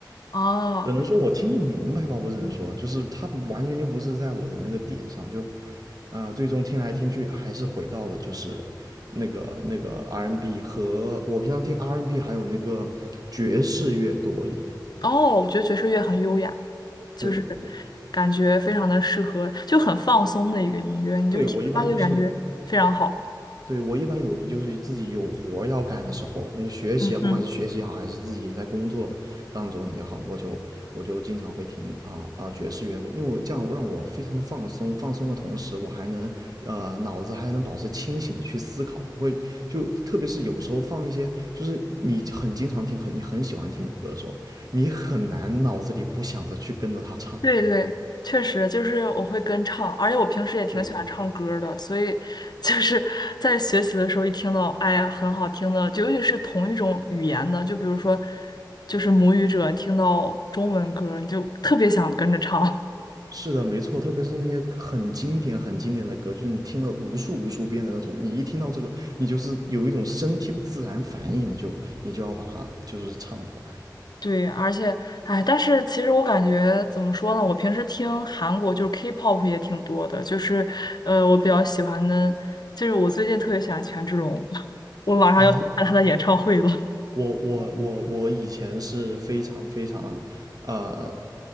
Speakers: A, on the left; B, on the right.
A: 哦、
B: 只能说我听不明白吧，我只能说，就是它完全就不是在我的那个点上，就啊、最终听来听去还是回到了就是那个那个 R&B n 和我平常听 R&B n 还有那个爵士乐多一点。
A: 哦，我觉得爵士乐很优雅，就是
B: 对，
A: 感觉非常的适合，就很放松的一个音乐，你就听它就感觉非常好。
B: 对我一般就是对，我一般有就是自己有活儿要干的时候，就是学习啊，
A: 嗯嗯，
B: 不管是学习好，还是自己在工作当中也好，我就我就经常会听啊啊爵士乐，我因为我这样让我非常的放松，放松的同时，我还能呃脑子还能保持清醒的去思考，不会就特别是有时候放一些就是你很经常听很你很喜欢听的歌的时候，你很难脑子里不想着去跟着他唱。
A: 对对，确实就是我会跟唱，而且我平时也挺喜欢唱歌儿的，
B: 对。
A: 所以就是在学习的时候一听到，哎呀，很好听的，就尤其是同一种语言的，就比如说就是母语者听到中文歌儿你就特别想跟着唱。
B: 是的，没错，特别是那些很经典、很经典的歌，就是你听了无数无数遍的那种，你一听到这个，你就是有一种身体的自然反应，你就你就要把它就是唱出来。
A: 对，而且，哎，但是其实我感觉怎么说呢？我平时听韩国就是 K-pop 也挺多的，就是呃，我比较喜欢的，就是我最近特别喜欢权志龙，<laughs> 我马上要去看他的演唱会了。
B: 哦，我我我我以前是非常非常，呃，